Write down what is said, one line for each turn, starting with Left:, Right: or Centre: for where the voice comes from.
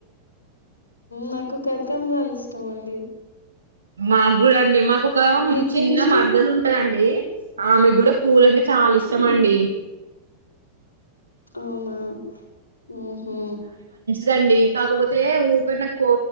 Left: నాకు కరకామ్రాలు ఇష్టం అండి
Right: మా గు అండి మాకు ఒక
Left: మీకేమిష్టం?
Right: చిన్న మరదలు ఉంటాదండి ఆమె కూడా పూలనే చాలా ఇష్టమ
Left: హ్మ్.
Right: అండి
Left: అవునా ఉ హు
Right: దండి కాకపోతే ఊక నా పో